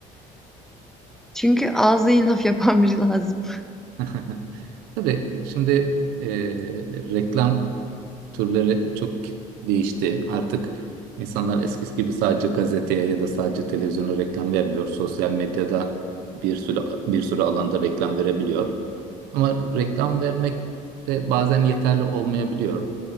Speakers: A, in the centre; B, on the right.
A: Çünkü ağzı iyi laf yapan biri lazım.
B: <laughs> Tabii şimdi e, reklam türleri çok değişti. Artık insanlar eskisi gibi sadece gazeteye ya da sadece televizyona reklam vermiyor. Sosyal medyada bir sürü bir sürü alanda reklam verebiliyor. Ama reklam vermek de bazen yeterli olmayabiliyor.